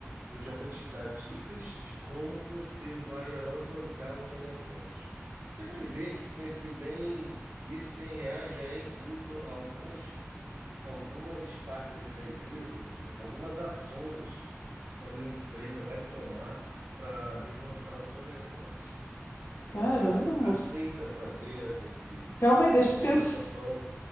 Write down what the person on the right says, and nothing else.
eu já vou te dar dicas de como você vai alavancar o seu negócio. Você vai ver que vai ser bem. E esses 100 reais já é incluso algumas algumas partes aqui da empresa, que- algumas ações que a minha empresa vai tomar para levantar o seu negócio.
A senhora
aceita fazer esse,
essa
contratação?